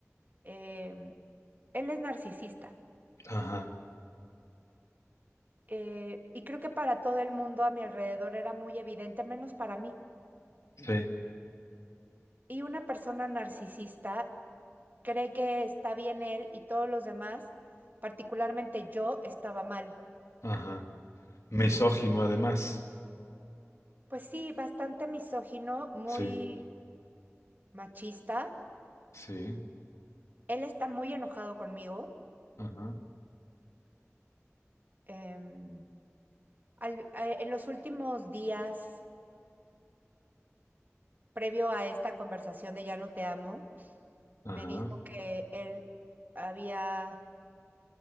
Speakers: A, on the right; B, on the left.
A: Em, él es narcisista,
B: ajá,
A: eh, y creo que para todo el mundo a mi alrededor era muy evidente, menos para mí.
B: sí,
A: Y una persona narcisista cree que está bien él y todos los demás, particularmente yo, estaba mal.
B: ajá. Misógino además,
A: Pues sí, bastante misógino, muy...
B: sí,
A: machista.
B: sí,
A: Él está muy enojado conmigo.
B: ajá,
A: Em, al- eh, en los últimos días, previo a esta conversación de Ya no te amo,
B: ajá.
A: me dijo que él había...